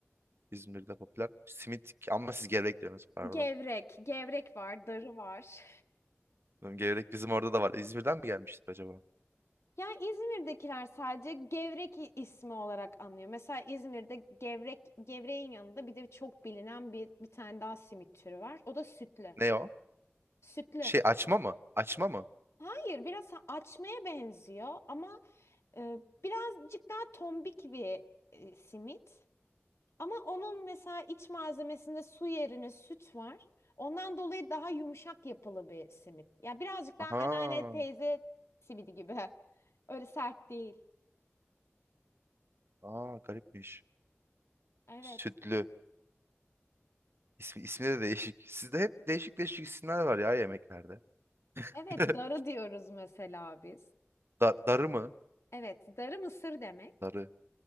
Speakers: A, on the right; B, on the left.
A: İzmir'de popüler. Simit ama siz gevrek diyorsunuz pardon.
B: Gevrek, gevrek var, darı var.
A: Oğlum Gevrek bizim orada da var. İzmir'den mi gelmiştir acaba?
B: Yani İzmir'dekiler sadece gevrek i- ismi olarak anlıyor. Mesela İzmir'de gevrek, gevreğin yanında bir de çok bilinen bir, bir tane daha simit türü var. O da sütlü.
A: Ne o?
B: Sütlü.
A: Şey açma mı? Açma mı?
B: Hayır, biraz ha- açmaya benziyor ama e, birazcık daha tombik bir e, simit. Ama onun mesela iç malzemesinde su yerine süt var. Ondan dolayı daha yumuşak yapılı bir simit. Ya birazcık daha
A: Aha.
B: anneanne teyze simidi gibi. <laughs> Öyle sert değil.
A: Aa garipmiş.
B: Evet.
A: Sütlü. İsmi, ismi de değişik. Sizde hep değişik değişik isimler var ya yemeklerde.
B: Evet,
A: <laughs>
B: darı diyoruz mesela biz.
A: Da- darı mı?
B: Evet, darı mısır demek.
A: Darı.